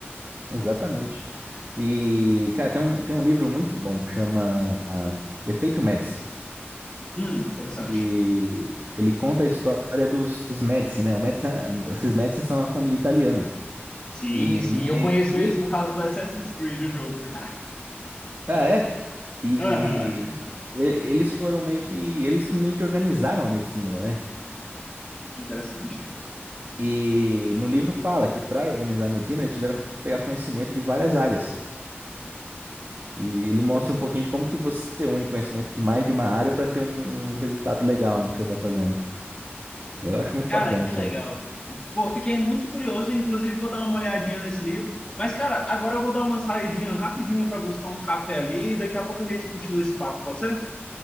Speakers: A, on the right; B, on the left.
A: Exatamente. E, cara, tem um, tem um livro muito bom, que chama ah, Efeito Médici.
B: Hum, interessante.
A: que ele conta a história dos, dos Médici, né? O Médici, esses Médici são uma família italiana.
B: Sim,
A: E
B: sim, eu
A: meio,
B: conheço
A: ele,
B: eles por causa do Assassin's Creed, o jogo. <laughs>
A: ah, é? E
B: Aham,
A: e- eles foram meio que, eles que meio que organizaram a medicina, né?
B: interessante.
A: E no livro fala que para organizar a medicina eles tiveram que pegar conhecimento de várias áreas. E ele mostra
B: Pessoal.
A: um pouquinho de como que você une conhecimento de mais de uma área para ter um um resultado legal no que você tá fazendo. Eu acho muito
B: Cara,
A: bacana
B: que
A: isso
B: legal.
A: daí.
B: Pô, fiquei muito curioso, inclusive vou dar uma olhadinha nesse livro. Mas, cara, agora eu vou dar uma saidinha rapidinha para buscar um café ali e daqui a pouco a gente continua esse papo, pode ser?